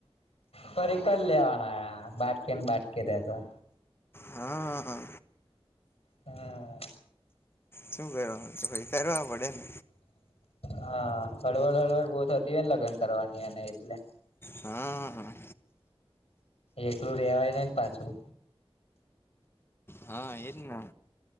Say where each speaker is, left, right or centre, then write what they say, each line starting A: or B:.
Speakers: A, on the left; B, on the left.
A: ફરી કર લેવાના બાટકી ને બાટકી રેતો.
B: હા, હા.
A: હમ્મ.
B: શું કરવાનો છો ભાઈ કરવા પડે ને.
A: હા, હળવળ હળવડ બહુ થતી હોય ને લગ્ન કરવાની અને એટલે.
B: હા, હા.
A: એકલું રેવાય નઈ ને પાછું.
B: હા, એજ ને.